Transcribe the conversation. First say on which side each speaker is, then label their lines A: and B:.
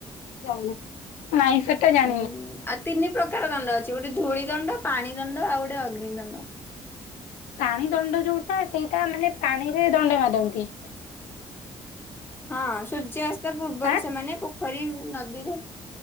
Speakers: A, on the left; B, on the left.
A: <unintelligible> ନାଇଁ ସେଟା ଜାଣିନି।
B: ଉଁ ଆଉ ତିନି ପ୍ରକାର ଦଣ୍ଡ ଅଛି। ଗୋଟେ ଧୂଳି ଦଣ୍ଡ, ପାଣି ଦଣ୍ଡ, ଆଉ ଗୋଟେ ଅଗ୍ନି ଦଣ୍ଡ।
A: ପାଣି ଦଣ୍ଡ ଯଉଟା ସେଇଟା ମାନେ ପାଣିରେ ଦଣ୍ଡ ମାରନ୍ତି।
B: ହଁ ସୂର୍ଯ୍ୟାସ୍ତ ପୂର୍ବରୁ
A: ଆଁ
B: ସେମାନେ ପୋଖରୀ ନଦୀରେ